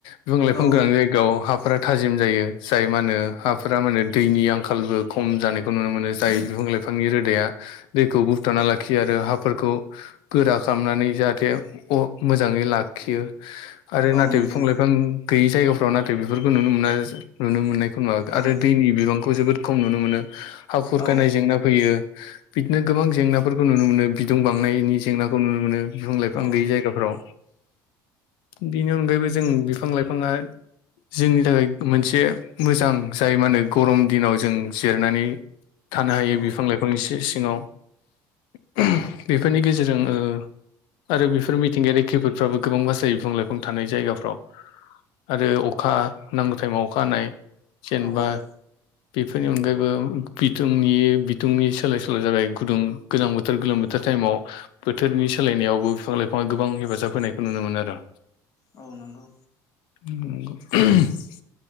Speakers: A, on the left; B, on the left.
A: बिफां लाइफां
B: औ
A: गो गोनां जायगायाव हाफोरा थाजिम जायो जाय मा होनो हाफोरा माने दैनि आंखालबो खम जानायखौ नुनो मोनो जाय बिफां लाइफांनि रोदाया दैखौ बोबथाना लाखियो आरो हाफोरखौ गोरा खामनानै जाहाथे अ मोजाङै लाखियो आरो
B: औ
A: नाथाय
B: नंगौ
A: बिफां लाइफां गैयै जायगाफ्राव नाथाय बेफोरखौ नुनो मोननाय नुनो मोननायखौ नुवा आरो
B: औ
A: दैनि बिबांखौ जोबोद खम नुनो मोनो। हा खुरखानाय
B: औ
A: जेंना फैयो। बिदिनो गोबां जेंनाफोरखौ नुनो मोनो बिदुं बांनायनि जेंनाखौ नुनो मोनो बिफां लाइफां
B: औ
A: गैयै जायगाफ्राव। बेनि अनगायैबो जों बिफां लाइफाङा जोंनि थाखाय मोनस से मोजां जाय मा होनो गरम दिनाव जों जिरायनानै थानो हायो
B: औ
A: बिफां लाइफांनि से सिङाव। <unintelligible> बेफोरनि गेजेरजों ओ आरो बेफोर मिथिंगायारि खैफोदफ्राबो गोबां बासायो बिफां लाइफां थानाय जायगाफ्राव। आरो अखा नांगौ टाइमाव अखा हानाय जेनबा
B: औ
A: बेफोरनि अनगायैबो बिथुंनि बिदुंनि सोलाय सोल' जाबाय गुदुं गोजां बो थोर गोलोम बोथोर
B: औ
A: टाइमाव। बोथोरनि सोलायनायावबो फिफां लाइफाङा गोबां हेफाजाब होनायखौ नुनो मोनो आरो
B: औ नंगौ
A: उम नंगौ <unintelligible>